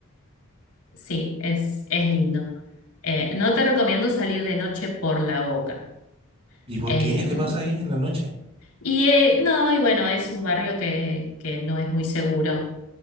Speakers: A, on the left; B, on the right.
A: Sí, es, es lindo. Eh, no te recomiendo salir de noche por la Boca.
B: ¿Y por
A: Eh,
B: qué? ¿Qué pasa ahí en la noche?
A: y eh, no, y bueno, es un barrio que, que no es muy seguro.